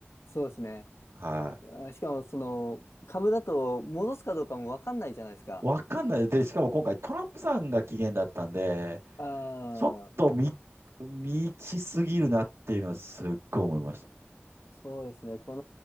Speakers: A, on the left (about 80°); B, on the right (about 75°).
A: そうですね。
B: はい。
A: あしかもその株だと戻すかどうかも分かんないじゃないですか。
B: わかんない。で、しかも今回トランプさんが期限だったんで、
A: ああ
B: ちょっと見、見ちすぎるなっていうのはすっごい思いました。
A: そうですね。こ